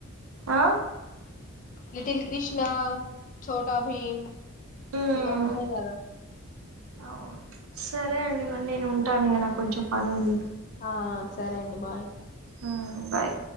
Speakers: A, on the right (about 65°); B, on the left (about 35°).
A: ఆ
B: లిటిల్ క్రిష్ణా చోటా భీమ్
A: మ్మ్
B: ఇవోస్తాయ్ గదా
A: అవును సరే అండి మరి నేను ఉంటాను ఇగా నాకు కొంచెం పనుంది
B: ఆ సరే అండి బాయ్
A: ఉమ్ బాయ్